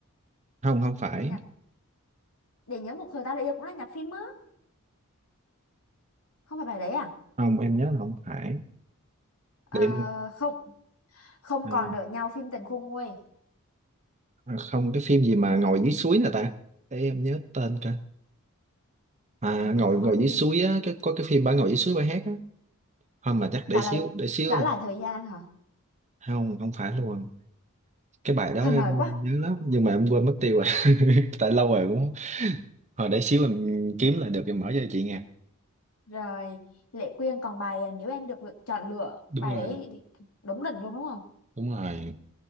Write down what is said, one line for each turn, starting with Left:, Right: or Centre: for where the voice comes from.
Right: không không phải
Left: Nhạc để nhớ một thời ta đã yêu cũng là nhạc phim á. Không phải bài đấy à?
Right: không em nhớ là không phải
Left: Ờ,
Right: để em
Left: không, không
Right: à,
Left: còn nợ nhau phim tình khôn nguôi
Right: à, không cái phim gì mà ngồi dưới suối nè ta để em nhớ tên cả à
Left: thì mà
Right: ngồi
Left: khói
Right: ngồi dưới suối á cái có cái phim bà ngồi dưới suối bà hát á không mà chắc để
Left: trả
Right: xíu
Left: lại
Right: để xíu
Left: trả
Right: em
Left: lại thời gian hả?
Right: không không phải luôn cái bài đó
Left: Hơi
Right: em
Left: mời quá.
Right: nhớ lắm nhưng mà em quên mất tiêu rồi <laughs> tại lâu rồi cũng hồi để xíu em kiếm lại được em mở cho chị nghe
Left: Rồi, Lệ Quyên còn bài à, nếu em được lựa, chọn lựa
Right: đúng
Left: bài
Right: rồi
Left: đấy thì đúng đỉnh luôn đúng không?
Right: đúng rồi